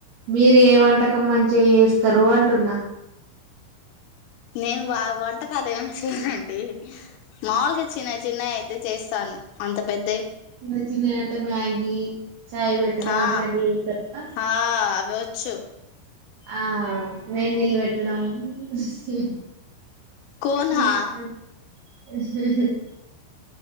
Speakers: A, on the right; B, on the left.
A: మీరు ఏ వంటకం మంచిగా చేస్తారు అంటున్నా
B: నేను బాగా వంటకాలు ఏమి చేయనండి మాల్గా చిన్న చిన్న అ చేస్తాను అంత పెద్ద
A: చిన్న చిన్న అంటే మ్యాగీ చాయ్ పెట్టడం
B: ఆ
A: అట్లాంటివి చేస్తారా
B: ఆ అవి వచ్చు
A: ఆ వెేన్నీల్ వెట్టడం <unintelligible>
B: కోన్ హా